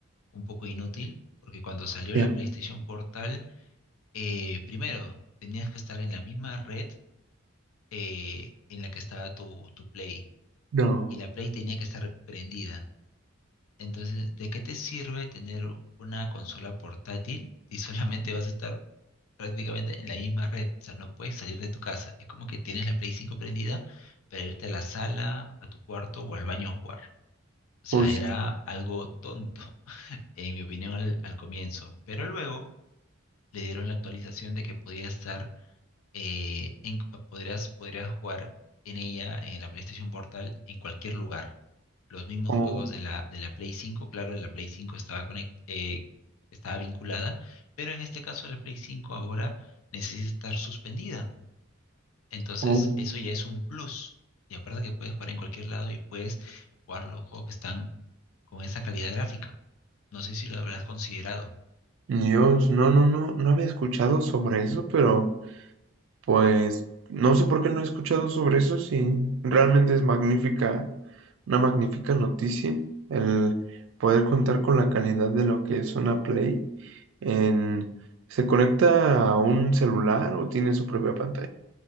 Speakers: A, on the left; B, on the right.
A: un poco inútil, porque cuando salió
B: ya,
A: la PlayStation Portal, eh, primero, tenías que estar en la misma red eh, en la que estaba tu, tu Play,
B: no.
A: y la Play tenía que estar prendida. Entonces, ¿de qué te sirve tener una consola portátil si solamente vas a estar prácticamente en la misma red? O sea, no puedes salir de tu casa. Es como que tienes la Play 5 prendida para irte a la sala, a tu cuarto o al baño a jugar. O sea,
B: Pues,
A: era algo tonto, <laughs> en mi opinión, al, al comienzo. Pero luego le dieron la actualización de que podía estar, eh, en, podrías, podrías jugar en ella, en la PlayStation Portal, en cualquier lugar. Los mismos
B: oh,
A: juegos de la, de la Play 5, claro, de la Play 5 estaba, conect- eh, estaba vinculada, pero en este caso la Play 5 ahora necesita estar suspendida. Entonces,
B: oh,
A: eso ya es un plus. Y aparte que puedes jugar en cualquier lado y puedes jugar los juegos que están con esa calidad gráfica. No sé si lo habrás considerado.
B: Dios, no, no, no, no había escuchado sobre eso, pero pues no sé por qué no he escuchado sobre eso si realmente es magnífica, una magnífica noticia el poder contar con la calidad de lo que es una Play en... ¿Se conecta a un celular o tiene su propia pantalla?